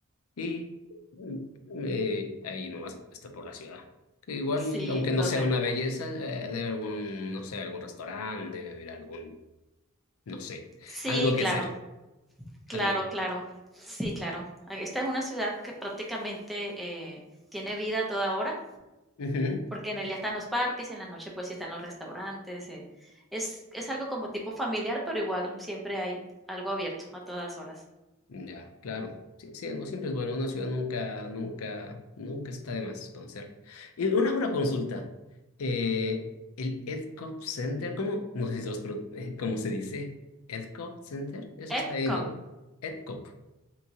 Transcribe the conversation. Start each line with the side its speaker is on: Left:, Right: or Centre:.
Left: y mm, eh, ahí nomás está por la ciudad. Que igual,
Centre: Sí,
Left: aunque no
Centre: correcto.
Left: sea una belleza, eh, debe haber algún, no sé, algún restaurante, debe haber algún, no sé,
Centre: Sí,
Left: algo que
Centre: claro,
Left: hacer,
Centre: claro,
Left: algo que
Centre: claro. Sí, claro. Ah, Esta es una ciudad que prácticamente eh, tiene vida a toda hora,
Left: hacer.
Centre: porque en el día están los parques, en la noche pues sí están los restaurantes. eh. Es, es algo como tipo familiar, pero igual siempre hay algo abierto a todas horas.
Left: Ya, claro. Sí, sí, no siempre es bueno. Una ciudad nunca, nunca, nunca está de más conocerla. Y una, una consulta. Eh, el EdCop Center, ¿cómo? No sé si sos pro- eh, ¿cómo se dice? EdCop Center, eso está
Centre: Epcot.
Left: ahí, ¿no? EdCop.